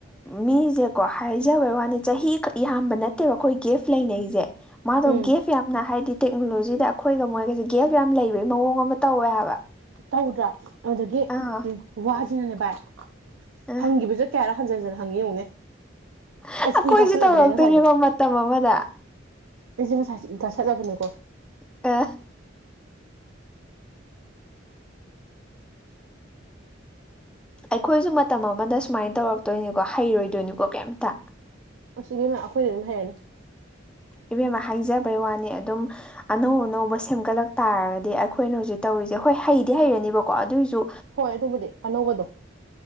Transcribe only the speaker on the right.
ꯎꯝ
ꯇꯧꯗ꯭ꯔꯥ ꯑꯗꯨꯗꯒꯤ
ꯎꯝ ꯋꯥꯁꯤꯅꯅꯦ ꯚꯥꯏ
ꯍꯪꯈꯤꯕꯁꯦ ꯀꯌꯥꯔ ꯍꯟꯖꯤꯟ ꯍꯟꯖꯤꯟ ꯍꯪꯉꯤ ꯌꯦꯡꯉꯨꯅꯦ
ꯑꯩꯁꯦ ꯏ ꯀꯥꯁꯜꯂꯛꯑꯕꯅꯦ
ꯉꯁꯥꯏꯁꯦ
ꯑꯩꯁꯦ ꯉꯁꯥꯏꯁꯦ ꯏꯪꯀ ꯁꯠꯂꯕꯅꯦꯀꯣ
ꯑꯁꯤꯕꯦꯝꯃ ꯑꯩꯈꯣꯏꯗꯤ ꯑꯗꯨꯝ ꯍꯩꯔꯅꯤ
ꯍꯣꯏ ꯑꯗꯨꯕꯨꯗꯤ ꯑꯅꯧꯕꯗꯣ